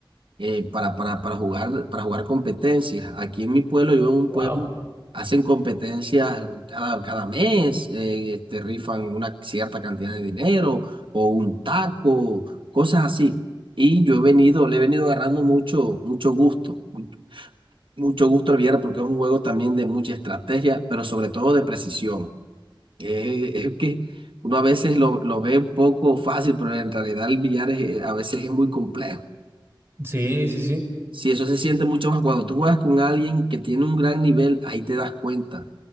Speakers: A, on the right; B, on the right.
A: eh, para, para, para jugar, para jugar competencias. Aquí en mi pueblo, yo vivo en un
B: Wow.
A: pueblo, hacen competencias cada, cada mes, eh, este, rifan una cierta cantidad de dinero o un taco, cosas así. Y yo he venido, le he venido agarrando mucho, mucho gusto, mu- mucho gusto al billar porque es un juego también de mucha estrategia, pero sobre todo de precisión. Eh, es que uno a veces lo, lo ve un poco fácil, pero en realidad el billar es, eh, a veces es muy complejo.
B: Sí, sí, sí.
A: Si eso se siente mucho más cuando tú juegas con alguien que tiene un gran nivel, ahí te das cuenta